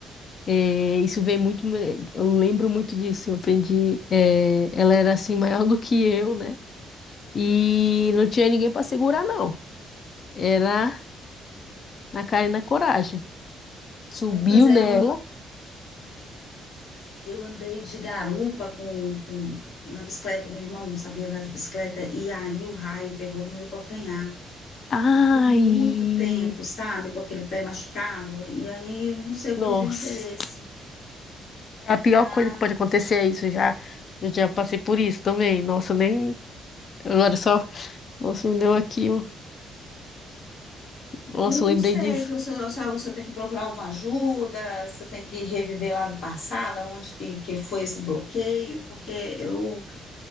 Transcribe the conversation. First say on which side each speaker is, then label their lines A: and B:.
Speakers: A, on the left; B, on the left.
A: É, isso vem muito, me- eu lembro muito disso. Eu aprendi, é, ela era assim maior do que eu, né? E não tinha ninguém pra segurar, não. Era na cara e na coragem. Subiu
B: Ai, pois é,
A: nela.
B: eu Eu andei de garupa com, com- na bicicleta, meu irmão sabia andar de bicicleta, e aí o raio pegou no meu calcanhar.
A: Ai,
B: Eu fiquei muito tempo, sabe, com aquele pé machucado, e aí, não sei, eu
A: nossa.
B: perdi o interesse.
A: É A pior
B: Ah,
A: coisa que pode acontecer é isso, já. Eu já passei por isso também. Nossa, eu nem. Agora só. Nossa, me deu aqui. ó. Nossa,
B: aí eu
A: eu lembrei
B: não sei,
A: disso.
B: que eu- se eu, se eu se eu tenho que procurar alguma ajuda, se eu tenho que reviver lá no passado, onde que, que foi esse bloqueio, porque eu